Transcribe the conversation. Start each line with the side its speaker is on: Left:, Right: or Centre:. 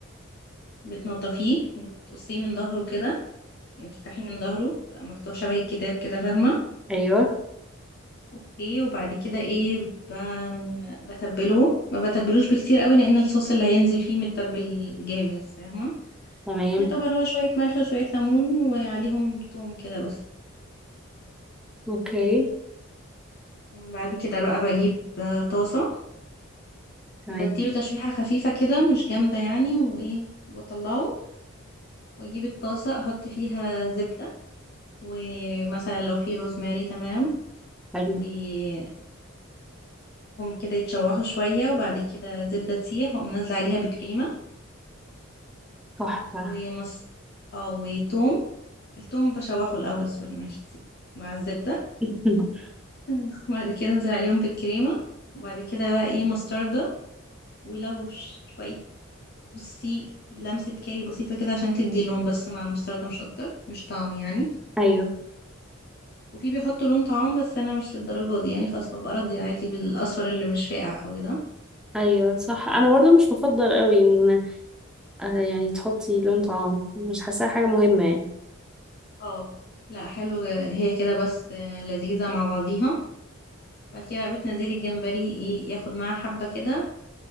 Left: وبتنضفيه وتقصيه من ظهره كده يعني بتفتحيه من ظهره بيبقى مفتوح شبه الكتاب كده فاهمه
Centre: ايوه
Left: اوكي وبعد كده ايه ب... بتبله ما بتبلوش بكتير قوي لان الصوص اللي هينزل فيه متبل جامد فاهمه
Centre: تمام
Left: يعتبر هو شويه ملح وشويه ليمون وعليهم توم كده بس
Centre: اوكي
Left: بعد كده بقى بجيب آه، طاسة
Centre: تمام
Left: بديله تشويحة خفيفة كده مش جامدة يعني وإيه وأطلعه وأجيب الطاسة أحط فيها زبدة ومثلا لو في روزماري تمام
Centre: حلو
Left: وأسيبهم كده يتشوحوا شوية وبعد كده الزبدة تسيح وأقوم نازلة عليها بكريمة
Centre: تحفة
Left: ومص اه وتوم التوم بشوحه الأول سوري ماشي نسيت مع الزبدة
Centre: <laughs>
Left: <laughs> وبعد كده أنزل عليهم بالكريمة وبعد كده بقى إيه مستردة ولو شوية بصي لمسة كاري بسيطة كده عشان تدي لون بس مع المستردة مش أكتر مش طعم يعني
Centre: ايوه
Left: وفي بيحطوا لون طعام بس أنا مش للدرجة دي يعني خلاص ببقى راضية عادي بالأصفر اللي مش فاقع قوي ده
Centre: ايوه صح انا برضو مش بفضل قوي ان آه، يعني تحطي لون طعام مش حاساها حاجة مهمة يعني
Left: اه لا حلو هي كده بس آه، لذيذة مع بعضيها بعد كده بقى بتنزلي الجمبري ايه ياخد معاها حبة كده